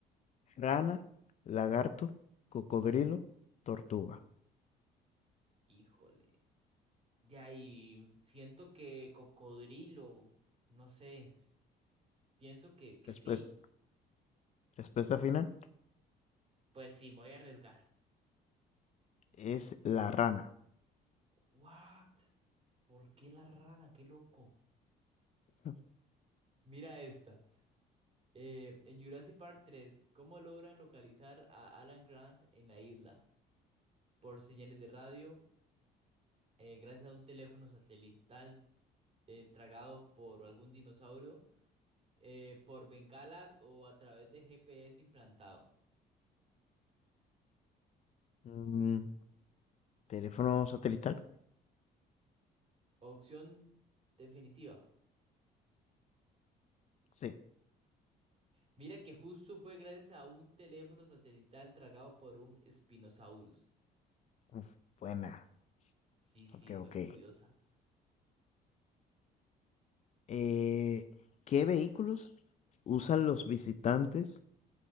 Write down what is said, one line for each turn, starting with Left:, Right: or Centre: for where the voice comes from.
Left: Rana, lagarto, cocodrilo, tortuga.
Right: Híjole. De ahí, siento que cocodrilo. No sé. Pienso que, que
Left: Respuesta.
Right: sí.
Left: Respuesta final
Right: Pues sí, me voy a arriesgar.
Left: es la rana.
Right: What? ¿Por qué la rana? Qué loco.
Left: <laughs>
Right: Mira esta. Eh, en Jurassic Park 3, ¿cómo logran localizar a Alan Grant en la isla? Por señales de radio, eh, gracias a un teléfono satelital eh, tragado por algún dinosaurio, eh, por bengalas o a través de GPS implantado.
Left: Mm, ¿teléfono satelital?
Right: Opción definitiva.
Left: Sí.
Right: Mira que justo fue gracias a un teléfono satelital tragado por un Spinosaurus.
Left: Uf, buena.
Right: Sí, sí,
Left: Ok,
Right: fue
Left: ok.
Right: curiosa.
Left: Eh, ¿qué vehículos usan los visitantes